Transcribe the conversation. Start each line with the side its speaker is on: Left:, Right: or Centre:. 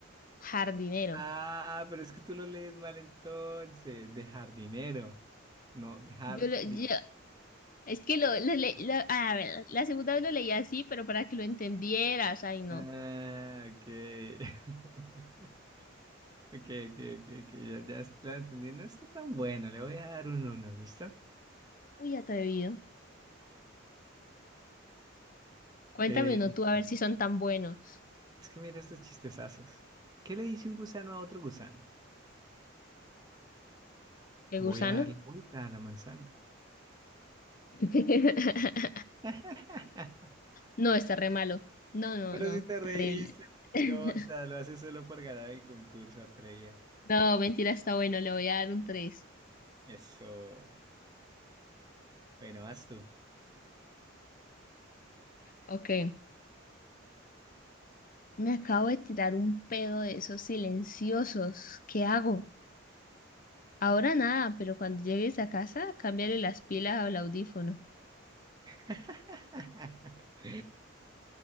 Left: jardinero.
Right: Ah, pero es que tú lo lees mal entonces. Dejar dinero. No, dejar
Left: Yo, lo-
Right: di-
Left: yo- es que lo, lo le- lo- a ver, la segunda vez lo leí así, pero para que lo entendieras, ay no.
Right: Ah, ok. <laughs> Ok, ok, ok, ok, Ya, ya la entendí. No está tan buena. Le voy a dar un uno, ¿listo?
Left: Uy, atrevido. Cuéntame
Right: Eh,
Left: uno
Right: listo.
Left: tú a ver si son tan buenos.
Right: es que mira estos chistezazos. ¿Qué le dice un gusano a otro gusano?
Left: ¿El
Right: Voy
Left: gusano?
Right: a dar la vuelta a la manzana.
Left: <laughs>
Right: <laughs>
Left: No, está re malo. No, no,
Right: Pero
Left: no,
Right: si te reíste,
Left: terrible.
Right: mentirosa,
Left: <laughs>
Right: lo haces solo por ganar el concurso, Atreya.
Left: No, mentira, está bueno, le voy a dar un tres.
Right: Eso. Bueno, vas tú.
Left: Ok. Me acabo de tirar un pedo de esos silenciosos. ¿Qué hago? Ahora nada, pero cuando llegues a casa, cámbiale las pilas al audífono.
Right: <laughs>